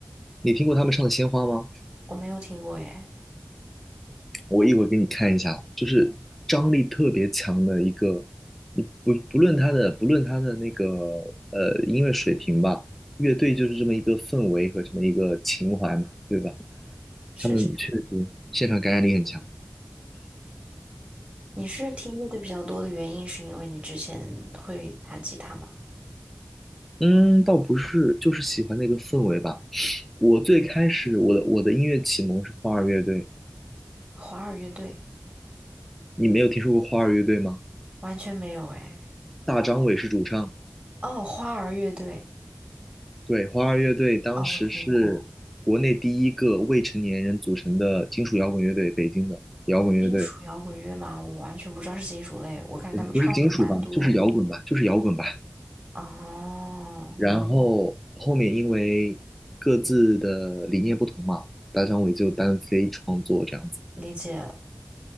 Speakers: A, in the centre; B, on the right.
A: 你听过他们唱的《鲜花》吗？
B: 我没有听过耶。
A: 我一会儿给你看一下，就是张力特别强的一个，你不不论他的不论他的那个呃音乐水平吧，乐队就是这么一个氛围和这么一个情怀嘛，对吧？
B: 是这样，
A: 他们确实现场感染力很强。
B: 你是听乐队比较多的原因，是因为你之前会弹吉他吗？
A: 嗯，倒不是，就是喜欢那个氛围吧。我最开始我的我的音乐启蒙是花儿乐队，
B: 花儿乐队
A: 你没有听说过花儿乐队吗？
B: 完全没有哎。
A: 大张伟是主唱，
B: 哦，花儿乐队，
A: 对，花儿乐队当时是国内第一个未成年人组成的金属摇滚乐队，
B: 哦，我听过。
A: 北京的摇滚乐队，
B: 金属摇滚乐吗？我完全不知道是金属类，我感觉他们唱的还蛮多。
A: 不是金属吧，就是摇滚吧，就是摇滚吧。
B: 哦，
A: 然后后面因为各自的理念不同嘛，大张伟就单飞创作这样子，
B: 理解。